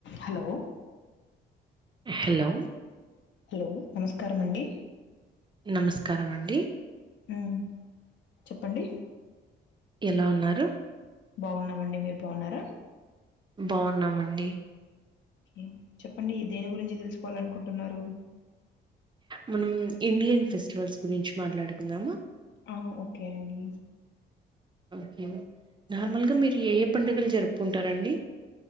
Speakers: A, on the left (about 65°); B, on the right (about 25°).
A: Hello
B: ఎ hello
A: hello నమస్కారమండి
B: నమస్కారమండి
A: ఉం చెప్పండి
B: ఎలా ఉన్నారు
A: బావున్నామండి మీర్ బావున్నారా
B: బావున్నామండి
A: ఉ చెప్పండి దేని గురించి తెలుసుకోవాలనుకుంటున్నారు
B: మనం ఇండియన్ ఫెస్టివల్స్ గురించి మాట్లాడుకుందామా?
A: ఆ ఓకే అండి
B: ఓకే నార్మల్గా మీరు ఏ ఏ పండుగలు జరుపుకుంటారండి?